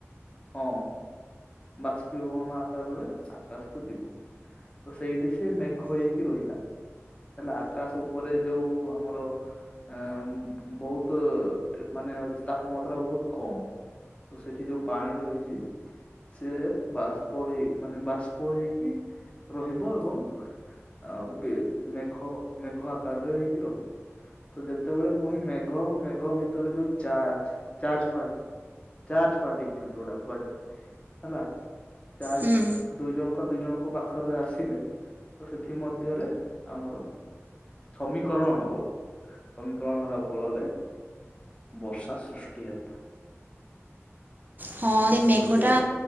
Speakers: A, on the left; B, on the right.
A: ହଁ ବାଷ୍ପୀଭବନ ଆକାରରେ ଆକାଶକୁ ଯିବ। ତ ସେଇଠି ସେ ମେଘ ହେଇକି ରହିଲା। ହେଲା ଆକାଶ ଉପରେ ଯୋଉ ଆମର ଆ ବହୁତୁ ମାନେ ହଉଛି ତାପମାତ୍ରା ବହୁତ କମ୍। ତ ସେଠି ଯୋଉ ପାଣି ରହିଛି ସିଏ ବାଷ୍ପ ହେଇ ମାନେ ବାଷ୍ପ ହେଇକି ରହିବ ଏବଂ ଆଉ ବି ମେଘ ମେଘ ଆକାରରେ ହେଇକି ରହିବ। ତ ଯେତେବେଳେ ପୁଣି ମେଘ ମେଘ ଭିତରେ ଯୋଉ ଚାର୍ଜ ଚାର୍ଜ କ୍ୱାଲ ଚାର୍ଜ ପାର୍ଟି କିିଲଉଡା କୁହାଯାଏ ହେଲା। ଚାର୍ଜ
B: ହୁଁ
A: ଦୁଇ ଜଣଙ୍କ ଦି ଜଣଙ୍କ ପାଖରେ ଆସିଲେ ତ ସେଥି ମଧ୍ୟରେ ଆମର ସମୀକରଣ ହବ ସମୀକରଣ ହେଲା ଫଳରେ ବର୍ଷା ସୃଷ୍ଟି ହେବ।
B: ହଁ ଏ ମେଘ
A: ବୁଝିଲେ
B: ଟା